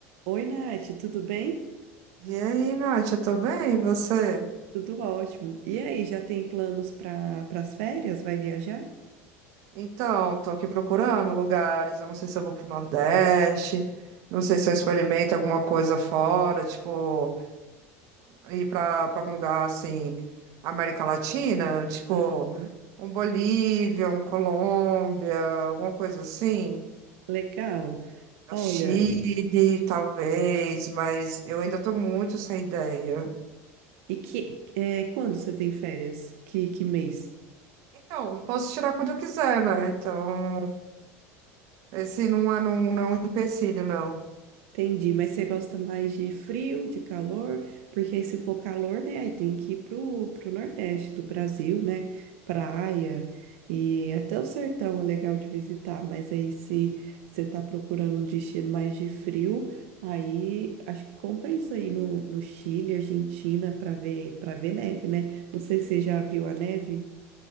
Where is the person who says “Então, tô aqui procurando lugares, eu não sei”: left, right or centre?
Right